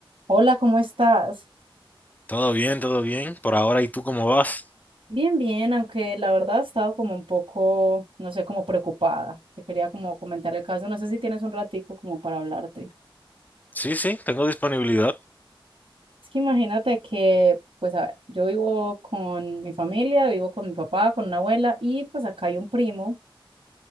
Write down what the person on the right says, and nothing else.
Hola, ¿cómo estás?
Bien, bien, aunque la verdad he estado como un poco, no sé, como preocupada. Te quería como comentar el caso, no sé si tienes un ratico como para hablarte.
Es que imagínate que, pues, a ver, yo vivo con mi familia, vivo con mi papá, con una abuela y pues acá hay un primo